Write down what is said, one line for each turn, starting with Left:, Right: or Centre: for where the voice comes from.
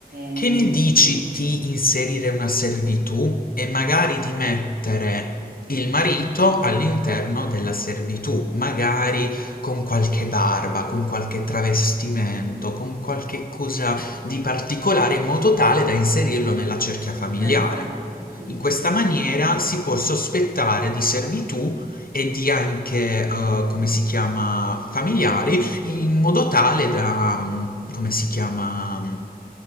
Left: che
Right: ehm,
Left: ne dici
Right: mm,
Left: di inserire una servitù e magari di mettere il marito all'interno della servitù, magari con qualche barba, con qualche travestimento, con qualche cosa di particolare in modo tale da inserirlo nella cerchia familiare.
Right: Perfetto, benissimo.
Left: In questa maniera si può sospettare di servitù e di anche, eh, come si chiama, familiari in modo tale da, mh, come si chiama, mh,